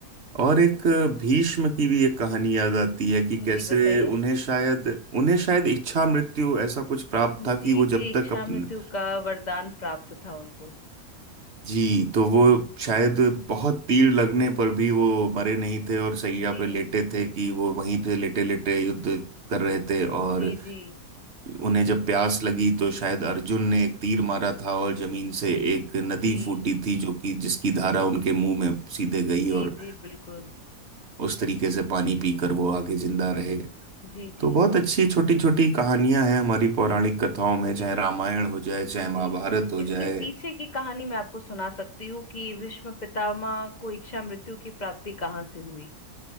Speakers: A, on the right; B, on the left.
A: और एक भीष्म की भी एक कहानी याद आती है कि कैसे
B: जी बताइए
A: उन्हें शायद उन्हें शायद इच्छा मृत्यु ऐसा कुछ प्राप्त
B: जी
A: था कि वो
B: जी
A: जब
B: इच्छा
A: तक अपन
B: मृत्यु का वरदान प्राप्त था उनको
A: जी तो वो शायद बहुत तीर लगने पर भी वो मरे नहीं थे और सैया
B: जी
A: पे लेटे थे कि वो वहीं पे लेटे लेटे युद्ध कर रहे थे और
B: जी जी
A: उन्हें जब प्यास लगी तो शायद अर्जुन ने एक तीर मारा था और जमीन से एक नदी
B: जी
A: फूटी थी जो कि जिसकी धारा उनके मुंह में सीधे गई
B: जी
A: और
B: जी बिल्कुल
A: उस तरीके से पानी पीकर वो आगे जिंदा रहे
B: जी जी
A: तो बहुत अच्छी छोटी छोटी कहानियां हैं हमारी पौराणिक कथाओं में चाहे
B: इस
A: रामायण हो जाए चाहे
B: जी
A: महाभारत हो
B: इसके
A: जाए
B: पीछे की कहानी मैं आपको सुना सकती हूँ कि भीष्म पितामह को इच्छा मृत्यु की प्राप्ति कहाँ से हुई